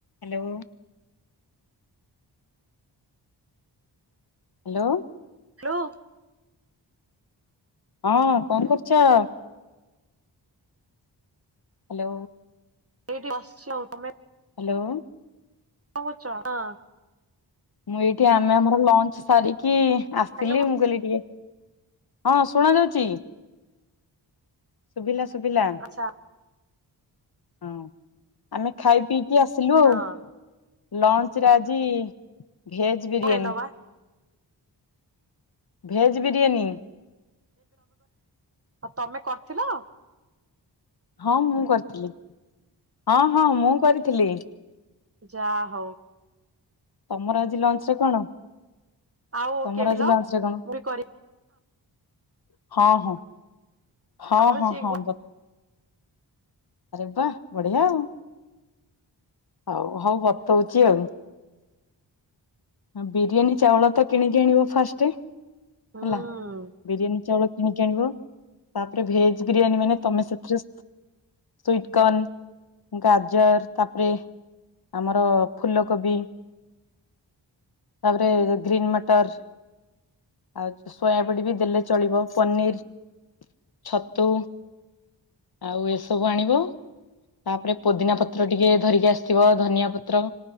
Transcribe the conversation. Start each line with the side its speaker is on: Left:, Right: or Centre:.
Left: Hello. Hello.
Right: Hello.
Left: ହଁ, କଣ କରୁଛ? ହାଲୋ।
Right: ଏଇଠି ବସିଛି <inaudible>
Left: ହାଲୋ।
Right: କଣ କରୁଛ? <inaudible>
Left: ମୁଁ ଏଇଠି ଆମେ ଆମର ଲଞ୍ଚ ସାରିକି ଆସିଥିଲି।
Right: ହ୍ୟାଲୋ
Left: ମୁଁ କହିଲି, ଟିକେ ହଁ, ଶୁଣା ଯାଉଛି। ଶୁଭିଲା ଶୁଭିଲା
Right: ଆଚ୍ଛା
Left: ହଁ। ଆମେ ଖାଇ ପିଇକି ଆସିଲୁ
Right: ହଁ
Left: ଆଉ। ଲଞ୍ଚରେ ଆଜି ଭେଜ ବିରିୟାନୀ।
Right: ଖାଇଲ ବା
Left: ଭେଜ ବିରିୟାନୀ।
Right: <inaudible> ତମେ କରିଥିଲ?
Left: ହଁ, ମୁଁ କରିଥିଲି। ହଁ ହଁ, ମୁଁ କରିଥିଲି।
Right: ଯା ହଉ।
Left: ତମର ଆଜି ଲଞ୍ଚରେ କଣ?
Right: ଆଉ
Left: ତମର
Right: କେମିଲ
Left: ଆଜି ଲଞ୍ଚରେ କଣ?
Right: ମୁଁ ବି କରି
Left: <unintelligible>
Right: ଆମର ଚେଙ୍ଗୁ
Left: ଆରେ ବା, ବଢିଆ ଆଉ! ହଉ ହଉ ବତଉଛି ଆଉ। ବିରିୟାନୀ ଚାଉଳ ତ କିଣିକି ଆଣିବ, ଫାଷ୍ଟ ହେଲା।
Right: ହୁଁ
Left: ବିରିୟାନୀ ଚାଉଳ କିଣିକି ଆଣିବ, ତାପରେ ଭେଜ ବିରିୟାନୀ ମାନେ ତମେ ସେଥିରେ ସୁଇଟକନ୍, ଗାଜର ତାପରେ ଆମର ଫୁଲକୋବି ତାପରେ ଗ୍ରୀନ୍ ମଟର ଆଉ ସୋୟାବଡି ବି ଦେଲେ ଚଳିବ, ପନିର ଛତୁ ଆଉ ଏସବୁ ଆଣିବ, ତାପରେ ପୋଦିନା ପତ୍ର ଟିକେ ଧରିକି ଆସିଥିବ, ଧନିଆ ପତ୍ର